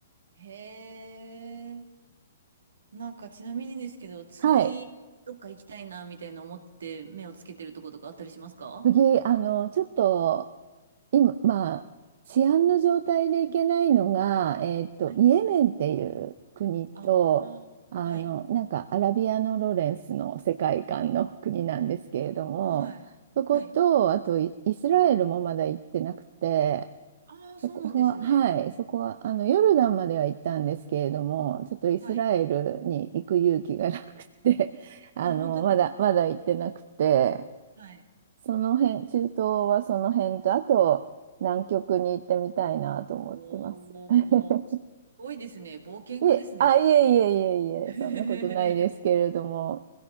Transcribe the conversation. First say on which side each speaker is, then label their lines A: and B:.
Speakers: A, on the right (about 75°); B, on the right (about 55°).
A: へえ。なんかちなみにですけど、次、
B: はい。
A: どっか行きたいな、みたいな思って目をつけてるとことかあったりしますか
B: 次、あの、ちょっと、今、まあ、治安の状態でいけないのが、えっと、
A: はい。
B: イエメンっていう国と、
A: ああ、
B: あの、
A: はい。
B: なんかアラビアのロレンスの世界観の国なんですけれども、
A: はい。
B: そこと、
A: はい。
B: あとイ、イスラエルもまだ行ってなくて、
A: ああ、そうなんですね。
B: そこは、はい、そこは、あの、ヨルダンまでは行ったんですけれども、ちょっとイスラエルに行く勇気がなくて、
A: はい。
B: <laughs> あの、
A: あ、本当ですか。
B: まだ、
A: はい。
B: まだ行ってなくて、
A: はい。
B: その辺、中東はその辺と、あと南極に行ってみたいなと思ってます。
A: お
B: <laughs>
A: お、すごいですね。冒険家ですね、
B: いえ、あ、
A: 本当に。
B: いえいえいえいえ、
A: <laughs>
B: そんなことないですけれども。